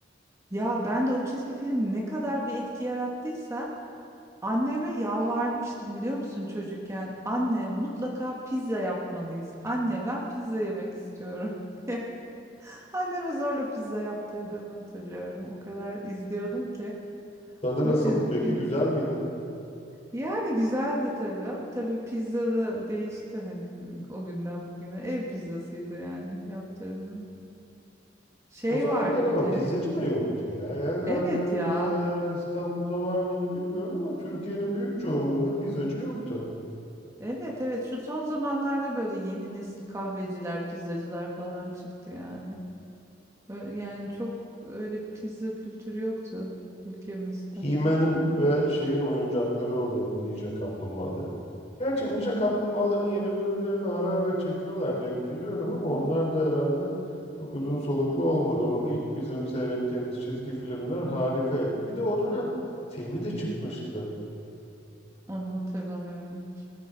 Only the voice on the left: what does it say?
Tadı
nasıldı
peki?
Güzel miydi?
O zamanlar
ama
pizzacı da yoktu ya. Yani
Ankara'da
veya İstanbul'da var mıydı bilmiyorum ama Türkiye'nin büyük çoğunluğunda pizzacı yoktu.
He-Man'in ve şeyin oyuncakları olurdu Ninja Kaplumbağaların. Gerçi Ninja Kaplumbağaların yeni bölümlerini ara ara çekiyorlar denk geliyorum ama onlar da herhalde çok uzun soluklu olmadı. O ilk bizim seyrettiğimiz çizgi filmler harikaydı. Bir de o dönem filmi de çıkmıştı.